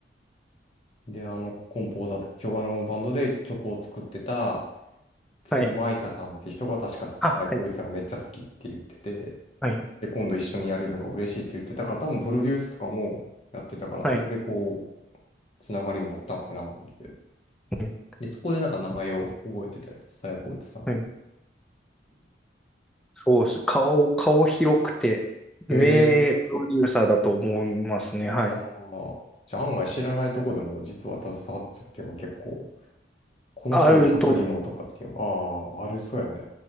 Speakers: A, on the left; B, in the centre.
A: う。で、あの、コンポーザーと、今日あの、バンドで曲を作ってた、角舞沙さんって人が確か蔦谷好位置さんがめっちゃ好きって言ってて、
B: はい。あ、はい。はい。
A: で、今度一緒にやれるのが嬉しいって言ってたから、多分プロデュースとかもやってたから、
B: はい。
A: そこでこう、つながりもあったんかなって。
B: うん
A: で、そこでなんか名前を覚えてたりさやこいつさん。
B: はいそうです。顔、顔広くて、名プロデューサーだと思いますね。
A: へえ。
B: はい。
A: まあ。じゃあ案外知らないとこでも実は携わってたっていうのは結構、この人の曲にもとかっていうのが、
B: あると
A: ああ、ありそうやね。